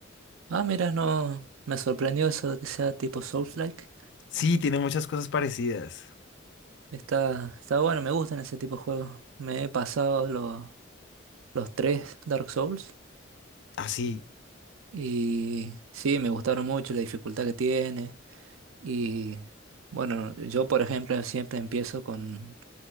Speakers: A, on the right; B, on the left.
A: ah, mira, no, me sorprendió eso de que sea tipo Souls-like.
B: Sí, tiene muchas cosas parecidas.
A: Está, está bueno, me gustan ese tipo de juegos. Me he pasado lo- los tres Dark Souls
B: Así,
A: y sí, me gustaron mucho la dificultad que tiene. Y bueno, yo por ejemplo siempre empiezo con